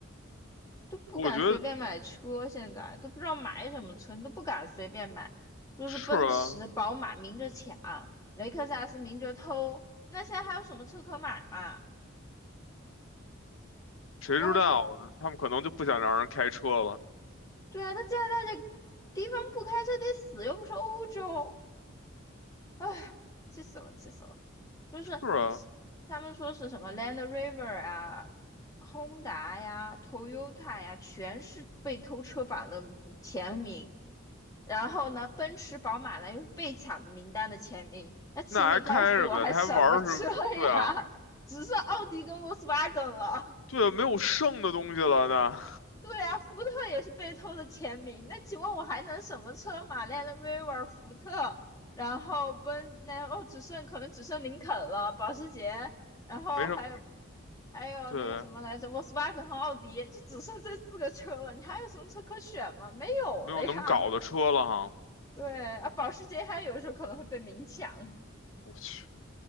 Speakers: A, on the left (about 15°); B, on the left (about 70°).
A: 都不敢随便买车，
B: 我觉得
A: 现在都不知道买什么车，你都不敢随便买。就是奔驰、
B: 是啊，
A: 宝马明着抢，雷克萨斯明着偷，那现在还有什么车可买嘛？
B: 谁知道啊他们可能就不想让人开车了。
A: 然后是，对啊，那加拿大这地方不开车得死，又不是欧洲，唉，气死了，气死了。就是
B: 是啊，
A: 他们说是什么 Land Rover 啊、Honda 呀、Toyota 呀，全是被偷车榜的前名。然后呢，奔驰、宝马、呢？又是被抢名单的前名。那请你告诉我，
B: 那还开什么呀？
A: 还什么车呀？
B: 他还玩儿什么？对啊，
A: 只剩奥迪跟 Volkswagen 了。
B: 对啊，没有剩的东西了那
A: 对啊，福特也是被偷的前名。那请问我还能什么车嘛？Land Rover、福特，然后奔那哦，只剩可能只剩林肯了，保时捷，然后还有
B: 没什么，
A: 还有那个什么来着，Volkswagen
B: 对，
A: 和奥迪，就只剩这四个车了。你还有什么车可选吗？没有了呀。
B: 没有能搞的车了哈。
A: 对啊，保时捷还有时候可能会被明抢。
B: 我去，